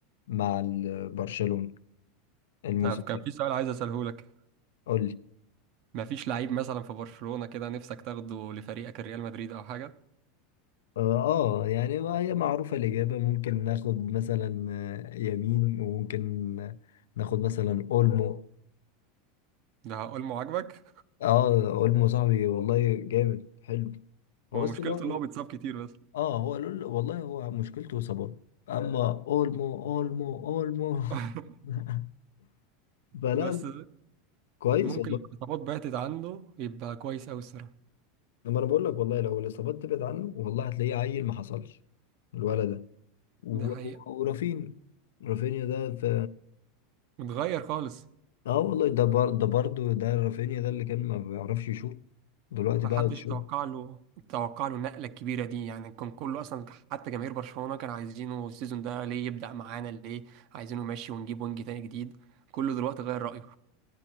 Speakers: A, on the left (about 80°); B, on the right (about 55°).
A: مع ال- برشلونة الموسم
B: طب كان
A: ده
B: في سؤال عايز اساله لك
A: قول لي
B: ما فيش لعيب مثلا في برشلونه كده نفسك تاخده لفريقك الريال مدريد او حاجه
A: اه آه، يعني ما هي معروفة الإجابة ممكن ناخد مثلا آه، يمين وممكن آه، ناخد مثلا أولمو
B: ده هقول ما عاجبك
A: اه اولمو صاحبي والله جامد حلو هو
B: هو
A: بس
B: مشكلته
A: لو
B: اللي هو بيتصاب كتير بس
A: اه هو لول والله هو مشكلته اصابات اما اولمو اولمو اولمو
B: <laughs>
A: <laughs> فلا
B: بس
A: لا، كويس
B: ممكن
A: والله
B: الخطابات بعتت عنده يبقى كويس أوي الصراحة
A: لما انا بقول لك والله لو الاصابات تبعد عنه والله هتلاقيه عيل ما حصلش الولد ده و-
B: ده حقيقة
A: و- ورافين رافينيا ده في
B: اتغير خالص
A: اه والله ده بر... ده برضه ده رافينيا ده اللي كان ما بيعرفش يشوط دلوقتي
B: ما
A: بقى
B: حدش
A: يشوط
B: توقع له توقع له النقلة الكبيرة دي يعني كان كله أصلا حتى جماهير برشلونة كانوا عايزينه السيزون ده ليه يبدأ معانا ليه عايزينه ماشي ونجيب وينج تاني جديد كله دلوقتي غير رأيه